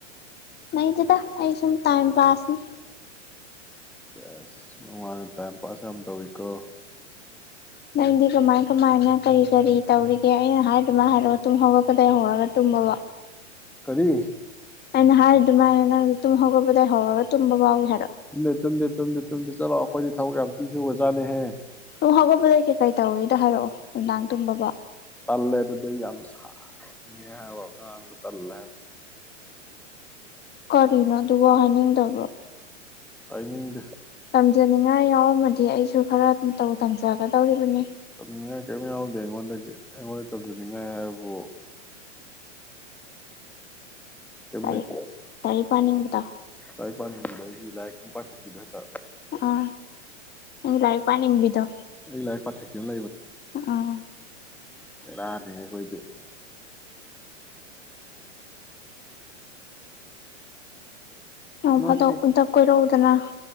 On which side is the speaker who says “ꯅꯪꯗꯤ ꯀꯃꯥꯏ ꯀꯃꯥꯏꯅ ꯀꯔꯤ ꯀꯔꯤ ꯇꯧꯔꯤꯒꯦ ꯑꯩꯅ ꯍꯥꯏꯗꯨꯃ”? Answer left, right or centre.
Left